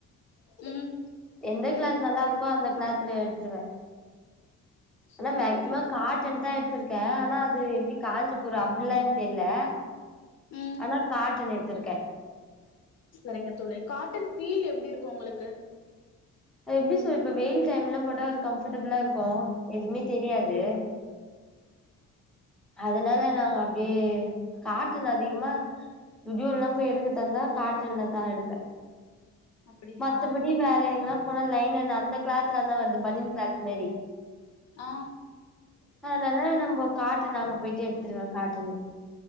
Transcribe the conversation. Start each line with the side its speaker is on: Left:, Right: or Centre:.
Left: ம்
Centre: எந்த கிளாத் நல்லா இருக்கோ அந்த கிளாத்துல எடுத்துருவே
Left: சூப்பர்
Centre: அனா மேக்சிமம்
Left: தோழி
Centre: காட்டன் தா த்துருக்கேன் ஆனா அது எப்படி காஞ்சிபுரம் அப்படில்லா எனக் தெரியல
Left: ம்
Centre: ஆனா காட்டன் திருக்கன்
Left: சரிங்க தோழி காட்டன் பீல் எப்படி இருக்கும் உங்களுக்கு
Centre: எப்படி சொல்லப்ப வெயில் டைம் எல்லாம் போட்டா கம்பர்டபிளா இருக்கு எதுவுமே தெரியாது
Left: ஓகே தோழி
Centre: அதனால நாங்க அப்படியே காட்டன் அதிகமா சுடியோல எல்லாம் போய் எடுக்க தந்தா காட்டன்ல தான் எடுப்பே
Left: அப்டியா
Centre: மத்தபடி வேற எங்கல்லாம் போனா லைன் அந்த கிளாத்துலதா வரு அ பனின் கிலாத் மாரி
Left: ஆ
Centre: அதனால நம்ம காட்டன் நாங்க போயிட்டு எடுத்துடுவே காட்டுன்னு